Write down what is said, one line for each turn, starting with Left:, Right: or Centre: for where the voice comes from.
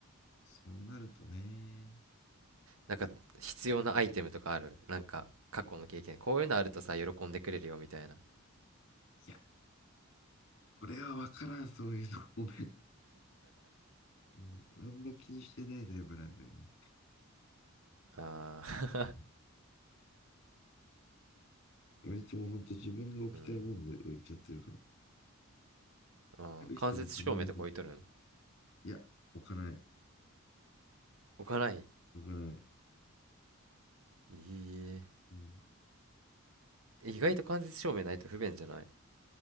Left: そうなるとね。
Right: なんか、必要なアイテムとかある。なんか、過去の経験。こういうのあるとさ、喜んでくれるよ、みたいな。
Left: いや、これはわからん、そういうの。ごめん。うん。あんま気にしてないタイプなんだよね。
Right: ああ、
Left: うん割ともうほんと自分が置きたいものを置いちゃってるから。
Right: <laughs> うん。ああ、
Left: 来る人のために。
Right: 間接照明とか置いとるん
Left: いや、置かない。
Right: 置かない
Left: 置かない。
Right: え
Left: うん。
Right: え意外と間接照明ないと不便じゃない